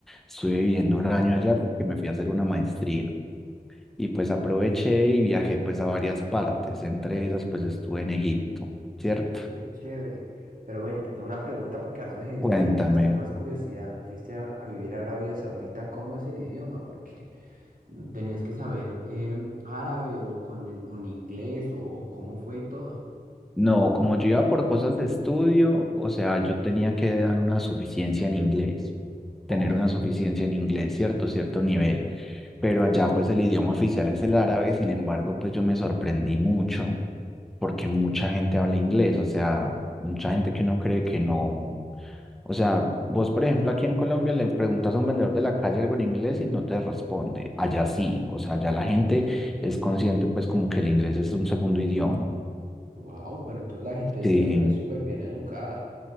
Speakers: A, in the centre; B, on the right.
A: estuve viviendo un año allá porque me fui a hacer una maestría. Y pues aproveché y viajé pues a varias partes. Entre esas pues estuve en Egipto, ¿cierto?
B: qué chévere. Pero ven, te tengo una pregunta porque ahora me,
A: Cuéntame,
B: me generaste más curiosidad. Fuiste a, a vivir a Arabia Saudita, ¿cómo es el idioma? Porque tenías que saber em, árabe o con el- o en inglés o, o cómo fue todo.
A: No, como yo iba por cosas de estudio, o sea, yo tenía que dar una suficiencia en inglés, tener
B: Ok.
A: una suficiencia en inglés, cierto, cierto nivel. Pero allá pues el idioma oficial es el árabe, sin embargo, pues yo me sorprendí mucho porque mucha gente habla inglés, o sea, mucha gente que uno cree que no. O sea, vos, por ejemplo, aquí en Colombia le preguntas a un vendedor de la calle algo en inglés y no te responde. Allá sí, o sea, allá la gente es consciente, pues, como que el inglés es un segundo idioma.
B: Wow, pero entonces la gente allá
A: Sí.
B: también es súper bien educada,